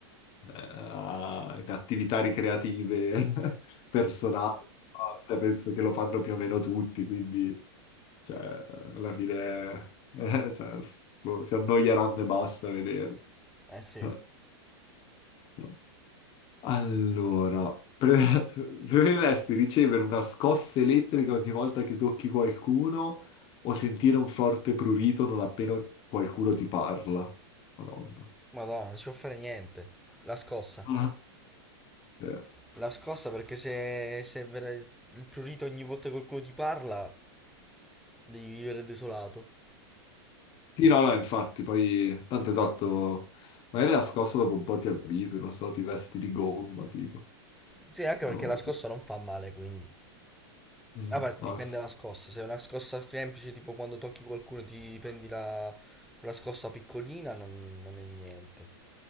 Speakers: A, on the left (about 40°); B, in the centre.
A: eh, in attività ricreative <laughs> personali, no? Cioè, penso che lo fanno più o meno tutti, quindi... Cioè, alla fine, <laughs> eh, cioè, s- boh, si annoieranno e basta a vederli.
B: Eh sì.
A: Eh, <laughs> no. Allora, pre- <laughs> preferiresti ricevere una scossa elettrica ogni volta che tocchi qualcuno o sentire un forte prurito non appena qualcuno ti parla? Madonna.
B: Madonna, non si può fare niente. La scossa.
A: Mm. Eh,
B: La scossa perché se, se vera- il prurito ogni volta che qualcuno ti parla, devi vivere desolato.
A: Sì, no, no, infatti, poi tanto esatto, magari la scossa dopo un po' ti abitui, non so, ti vesti di gomma, tipo.
B: Sì, anche
A: Non
B: perché
A: lo
B: la scossa
A: so.
B: non fa male, quindi.
A: Mm,
B: Vabbè,
A: no,
B: dipende dalla scossa. Se è una scossa semplice, tipo quando tocchi qualcuno e ti prendi la... quella scossa piccolina, non, non è niente.